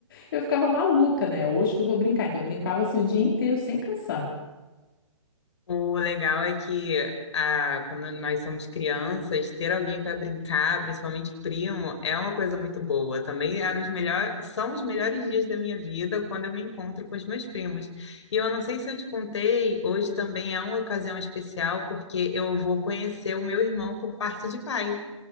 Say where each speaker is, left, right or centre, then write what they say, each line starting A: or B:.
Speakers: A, on the left; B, on the left.
A: eu ficava maluca, né? Hoje que eu vou brincar. Então, eu brincava assim o dia inteiro sem cansar.
B: O legal é que ah, quando nós somos crianças, ter alguém para brincar, principalmente primo, é uma coisa muito boa. Também eram os melhor, são os melhores dias da minha vida quando eu me encontro com os meus primos. E eu não sei se eu te contei, hoje também é uma ocasião especial porque eu vou conhecer o meu irmão por parte de pai.